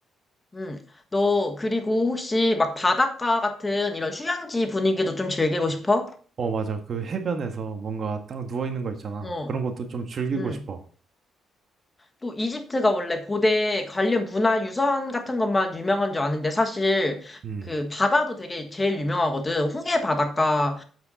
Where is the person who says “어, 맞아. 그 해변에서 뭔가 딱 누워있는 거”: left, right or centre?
Right